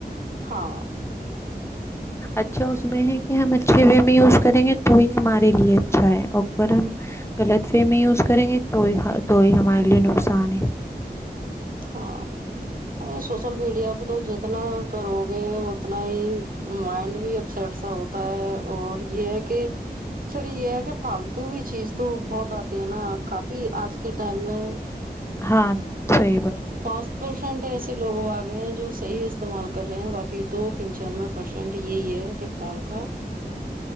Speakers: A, on the right; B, on the left.
A: ہاں۔
B: اچھا اس میں ہے کہ ہم اچھے وے میں یوز کریں گے تو ہی ہمارے لیے اچھا ہے اگر ہم غلط وے میں یوز کریں گے تو تو ہی ہمارے لیے نقصان ہے
A: ہاں سوشل میڈیا پہ تو جتنا کرو گے اتنا ہی مائنڈ بھی اپسٹ سا ہوتا ہے اور یہ ہے کہ پھر یہ ہے کہ فالتو بھی چیز تو بہت آتی ہے نا کافی آج کے ٹائم میں
B: ہاں صی
A: پاسپورٹ ٹ ایسے لوگ آگئے ہیں جو صح استعمال کر رہے ہیں باقی تو پنچانوے پرسینٹ یہی ہے کہ فون کا